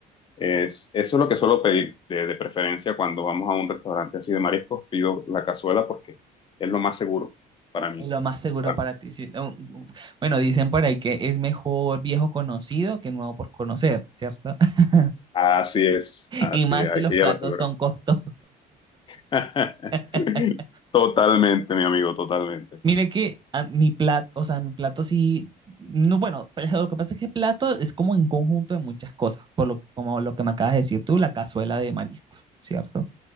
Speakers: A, on the left; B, on the right.
A: es, eso es lo que suelo pedir de, de preferencia cuando vamos a un restaurante así de mariscos. Pido la cazuela porque es lo más seguro para mí.
B: Es lo más seguro
A: Para mí.
B: para ti. sí. Un- un- Bueno, dicen por ahí que es mejor viejo conocido que nuevo por conocer, ¿cierto? <laughs>
A: Así es, así
B: Y más
A: es, hay
B: si los
A: que
B: platos
A: ir a la segura.
B: son costosos.
A: <laughs>
B: <laughs>
A: Totalmente, mi amigo, totalmente.
B: Mire que a mi plato, o sea, mi plato sí, no, bueno, pero lo que pasa es que plato es como un conjunto de muchas cosas, por lo, como lo que me acabas de decir tú, la cazuela de mariscos, ¿cierto?